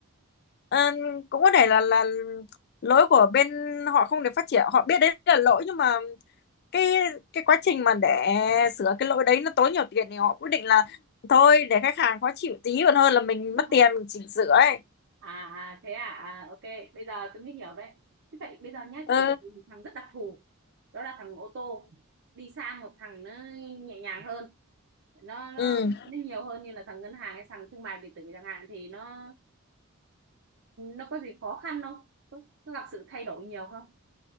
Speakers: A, on the left (about 50°); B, on the right (about 60°).
A: Ờ, cũng có thể là là lỗi của bên họ không được phát triển họ biết đấy là lỗi nhưng mà cái cái quá trình mà để sửa cái lỗi đấy nó tốn nhiều tiền thì họ quyết định là thôi để khách hàng khó chịu tí còn hơn là mình
B: <laughs>
A: mất tiền mình chỉnh sửa ấy
B: À à, thế à, à ok bây giờ tôi mới hiểu đấy thế vậy bây giờ nhá
A: ừ
B: chuyển từ một thằng rất đặc thù đó là thằng ô tô đi sang một thằng nó nhẹ nhàng hơn nó nó
A: ừ
B: nó nhiều hơn như là thằng ngân hàng hay thằng thương mại điện tử chẳng hạn thì nó nó có gì khó khăn không có, có gặp sự thay đổi nhiều không